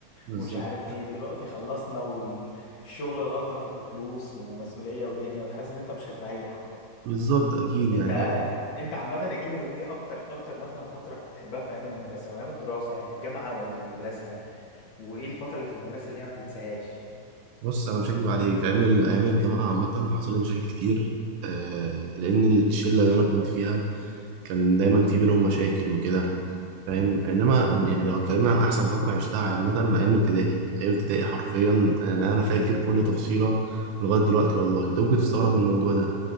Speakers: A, on the right; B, on the left.
A: بالظبط
B: ومش عارف ايه دلوقتي خلصنا والشغل الغلطه فيه بفلوس ومسؤوليه ودنيا وتحس ان انت مش هتريح
A: بالظبط اكيد
B: انت
A: يعني
B: انت عامة يا كيمو ايه اكتر اكتر مثلا فترة بتحبها في ايام المدرسة او ايام الدراسة يعني الجامعة ولا المدرسة وايه الفترة اللي في المدرسة اللي هي ما تنساهاش
A: بص انا مش هكدب عليك ايام ال- ايام الجامعه عامه حصل لي مشاكل كتير آه، لان الشله اللي انا كنت فيها كان دايما في بينهم مشاكل وكده فاهم انما يعني لو اتكلمنا عن احسن فتره عشتها عامه ايام ابتدائي ايام ابتدائي حرفيا انا انا فاكر كل تفصيله لغايه دلوقتي والله انت ممكن تستغرب من الموضوع ده